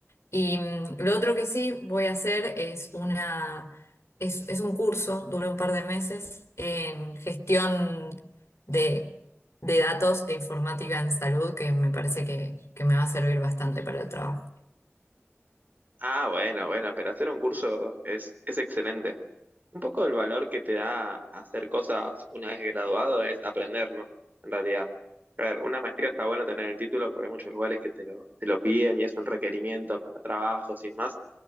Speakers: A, on the left; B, on the right.
A: Y mm, lo otro que sí voy a hacer es una, es, es un curso, dura un par de meses, en gestión de, de datos e informática en salud, que me parece que que me va a servir bastante para el trabajo.
B: Ah, bueno, bueno, pero hacer un curso es, es excelente. Un poco el valor que te da hacer cosas una vez graduado es aprenderlo, en realidad. A ver, una maestría está bueno tener el título porque hay muchos lugares que te lo, te lo piden y es un requerimiento para trabajos y demás,